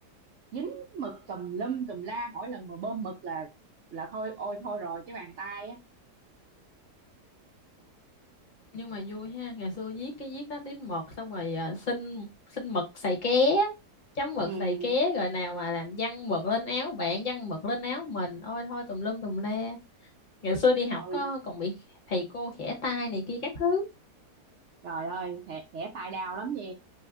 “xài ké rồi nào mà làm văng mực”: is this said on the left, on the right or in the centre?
Left